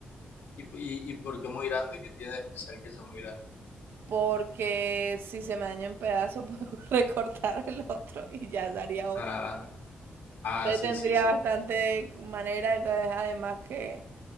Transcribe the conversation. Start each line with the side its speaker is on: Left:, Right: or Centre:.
Left: ¿Y, y, y por qué muy grande? ¿Qué tiene de especial que sea muy grande?
Right: Porque si se me daña en pedazos, puedo <laughs> recortar el otro y ya daría otro.
Left: Ah, ah,
Right: Entonces
Left: sí,
Right: tendría
Left: sí, sí.
Right: bastante manera. Entonces, además que